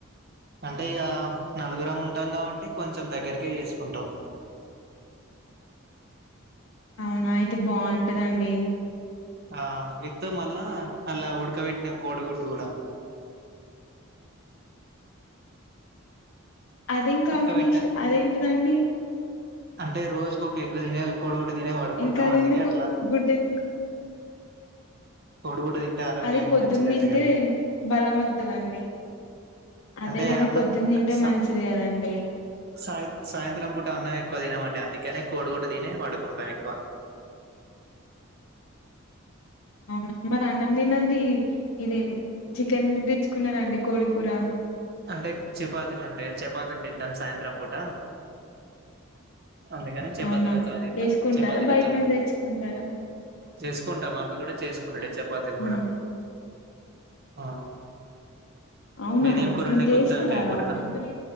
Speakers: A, on the right; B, on the left.
A: అంటే ఇగ నలుగురం ఉంటాం కాబట్టి కొంచెం దగ్గరకే చేసుకుంటాం
B: అవునా అయితే బావుంటదండి
A: ఆ విత్తు మళ్ళా అల్లా ఉడకబెట్టిన కోడిగుడ్డు కూడా
B: అదేం కాంబినేషన్
A: ఇంకా బెట్ట
B: అదేంటిదండి
A: అంటే రోజుకు ఒక ఎగ్ తినే కొడి గుడ్డు తినే పడుకుంటాం
B: ఇంకా అదెందుకు
A: అందుకే అట్లా
B: గుడ్డు ఎందుకు
A: కోడిగుడ్డు తింటే ఆరోగ్యానికి
B: అది పొద్దున్న
A: మంచిదట
B: తింటే
A: కదా
B: బలమొత్తదండి అదే
A: అంటే
B: గాని
A: అన్నం
B: పొద్దున్న తింటే
A: సా
B: మంచిది కదండి
A: సాయ సాయంత్రం పూట అన్నం ఎక్కువ తినమండి అందుక్ కనే కోడిగుడ్డు తినే పండుకుంటాం ఎక్కువ
B: అవునా మరి అన్నం తినంది ఇదేం చికెన్ దెచ్చుకున్నారండి కోడి కూర
A: అంటే చపాతీలు ఉంటాయా చపాతీలు తింటాం సాయంత్రం పూట అందుకని చపాతీలతో
B: అవునా
A: తిన్నా
B: చేసుకుంటారా
A: చపాతీలతో
B: బయట నుండి తెచ్చుకుంటారా
A: చేసుకుంటాం అవి కూడా చేసుకునుడే చపాతీలు కూడా
B: మ్మ్.
A: ఆ
B: అవునా
A: మీదేం కూరండి
B: మీరు చేస్తారా
A: గుత్తివంకాయ కూరన